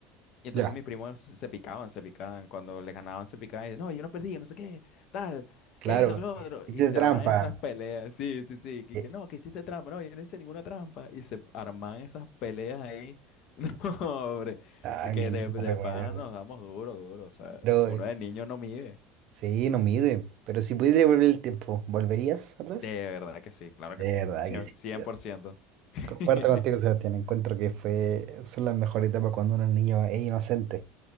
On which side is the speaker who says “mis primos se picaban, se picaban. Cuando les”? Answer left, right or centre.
Left